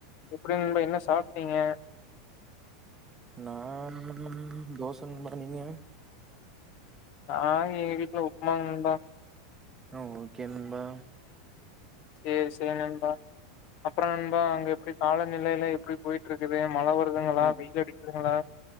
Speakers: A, on the left (about 50°); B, on the right (about 20°).
A: எப்டி நண்பா என்ன சாப்ட்டீங்க
B: நா நம் தோச நண்பா நீங்க
A: நா எங்க வீட்ல உப்மாங் நண்பா
B: அ ஓகே நண்பா
A: சேரி சேரி நண்பா அப்றோ நண்பா அங்க எப்டி கால நிலையெல்லா எப்டி போயிட்டு இருக்குது மழ வருதுங்களா
B: உம்
A: வெயில் அடிக்குதுங்களா